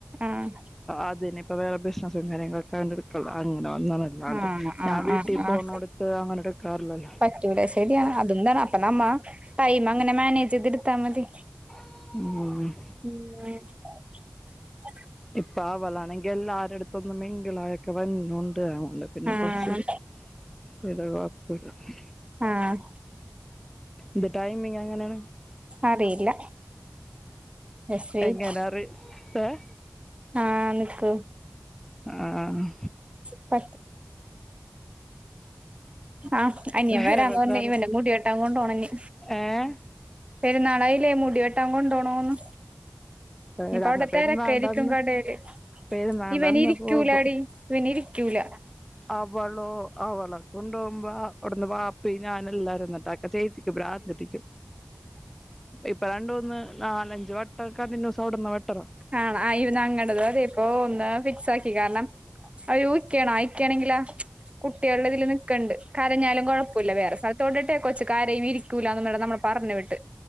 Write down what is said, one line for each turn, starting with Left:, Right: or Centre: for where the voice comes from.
Right: ആഹ്
Centre: അതിനി ഇപ്പൊ വേറെ ബിസിനസും കാര്യങ്ങളൊക്കെ കണ്ടെടുക്കുള്ള അങ്ങനെ വന്നാണ് അല്ലാണ്ട്
Right: ആഹ്
Centre: ഞാൻ
Right: ആഹ്
Centre: വീട്ടിൽ
Right: ആഹ്
Centre: പോന്നോടുത്ത്
Right: ആഹ്
Centre: അങ്ങനെ എടുക്കാറില്ലല്ലോ
Right: പറ്റൂല ശരിയാണ് അതുംന്താണ് അപ്പ നമ്മ ടൈം അങ്ങനെ മാനേജ് ചെയ്ത് എടുത്താ മതി
Centre: ഉം
Right: <unintelligible>
Centre: ഇപ്പ അവളാണെങ്കിൽ എല്ലാവരുടെ അടുത്തൊന്നും മിങ്കിളായി വരുന്നുണ്ട് അത്‌ കൊണ്ട് പിന്നെ
Right: ആഹ്
Centre: കുറച്ച് <unintelligible>
Right: ആഹ്
Centre: ഇത് ടൈമിങ് എങ്ങനെയാണ്
Right: അറിയില്ല ജസ്റ്റ് വെയിറ്റ്
Centre: എങ്ങനാ അറിം ഏഹ്
Right: ആഹ് നിക്ക്
Centre: ആഹ്
Right: <unintelligible> ആഹ് അനിയ വരാന്ന്
Centre: വേറെന്തായിരുന്നു
Right: പറഞ്ഞ ഇവന്റെ മുടി വെട്ടാൻ കൊണ്ടുപോണം ഇനി
Centre: ഏഹ്
Right: പെരുന്നാളായില്ലേ മുടിവെട്ടാൻ കൊണ്ടോണോന്ന്
Centre: <unintelligible>
Right: ഇനിയിപ്പ അവിടെ
Centre: വേണ്ടന്ന്
Right: തിരക്കായിരിക്കും കടയില്
Centre: പെര് മാണ്ടന്ന്
Right: ഇവനിരിക്കൂലാടി
Centre: പോകും
Right: ഇവനിരിക്കൂല
Centre: അവളോ അവളെ കൊണ്ടൊക്കുമ്പോ അവിടുന്ന് വാപ്പ ഞാന എല്ലാരിട്ട ആ ചേച്ചിക്ക് പ്രാന്ത് പിടിക്കും. ഇപ്പൊ രണ്ടൂമൂന്ന് നാലഞ്ച വട്ടക്ക കൂടുമ്പോ വെട്ടണം
Right: ആണ ആ ഇന് അങ്ങടത് അതെ അപ്പൊ ഒന്ന് ഫിക്സ് ആക്കി കാരണം അവ ഇക്കയാണ് ആക്കയാണെങ്കിലാ കുട്ടികളുടെ ഇതിൽ നിക്കണ്ട് കരഞ്ഞാലും കുഴപ്പമില്ല വേറെ സ്ഥലത്തോടെട്ടേ കൊച്ചു കരയും ഇരിക്കും തുലാ വ നമ്മള് പറഞ്ഞു വിട്ട്